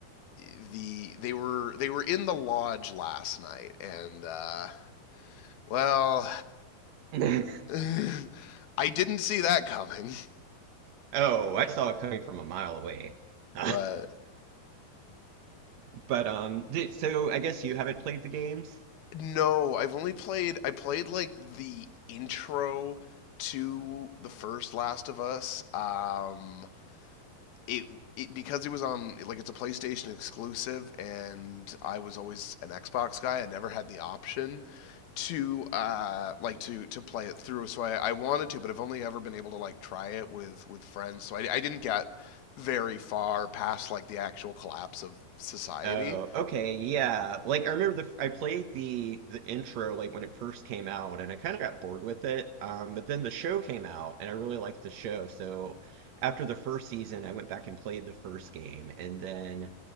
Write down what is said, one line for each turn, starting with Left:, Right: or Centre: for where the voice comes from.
Left: the they were they were in the lodge last night, and uh, well,
Right: <laughs>
Left: <laughs> I didn't see that coming.
Right: Oh, I saw it coming from a mile away. <laughs>
Left: But
Right: But um, th- so I guess you haven't played the games?
Left: no, I've only played I played like the intro to the first Last of Us. Um, it, it because it was on like it's a PlayStation exclusive, and I was always an Xbox guy. I never had the option to uh like to to play it through so I, I wanted to but i've only ever been able to like try it with with friends so I, I didn't get very far past like the actual collapse of society
Right: Oh, okay, yeah. Like I remember the I played the the intro like when it first came out, and I kind of got bored with it. Um, but then the show came out, and I really liked the show. So after the first season, I went back and played the first game, and then